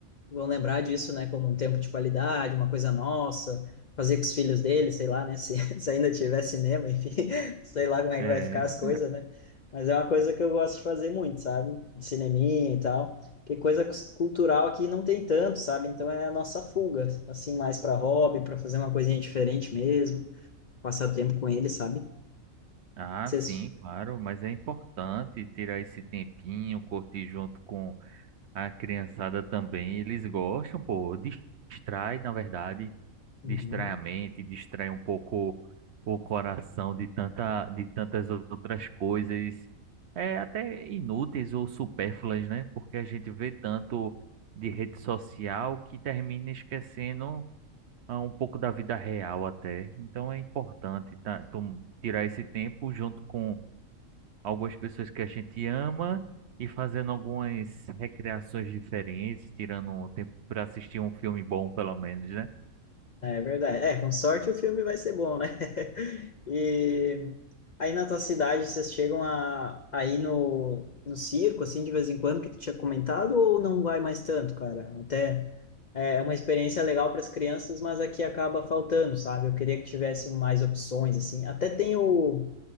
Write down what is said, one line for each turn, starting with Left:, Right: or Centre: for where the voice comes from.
Left: vão lembrar disso, né, como um tempo de qualidade, uma coisa nossa, fazer com os filhos dele, sei lá, né, se, <laughs> se ainda tiver cinema, enfim, <laughs> sei lá como é
Right: É.
Left: que vai ficar as coisas, né? Mas é uma coisa que eu gosto de fazer muito, sabe? De cineminha e tal. Que coisa cus- cultural aqui não tem tanto, sabe? Então é a nossa fuga, assim, mais para hobby, para fazer uma coisinha diferente mesmo, passar tempo com ele, sabe?
Right: Ah,
Left: Vocês...
Right: sim, claro. Mas é importante tirar esse tempinho, curtir junto com a criançada também. Eles gostam, pô. Distrai, na verdade.
Left: Uhum.
Right: Distrai a mente, distrai um pouco o coração de tanta, de tantas outras coisas. É até inúteis ou supérfluas, né? Porque a gente vê tanto de rede social que termina esquecendo. a um pouco da vida real até. Então é importante tá, tom- tirar esse tempo junto com algumas pessoas que a gente ama e fazendo algumas recreações diferentes, tirando um tempo para assistir um filme bom, pelo menos, né?
Left: É verdade. É, com sorte o filme vai ser bom, né? <laughs> E aí na tua cidade vocês chegam a, a ir no, no circo, assim, de vez em quando, que tu tinha comentado, ou não vai mais tanto, cara? Até é é uma experiência legal para as crianças, mas aqui acaba faltando, sabe? Eu queria que tivesse mais opções, assim. Até tem o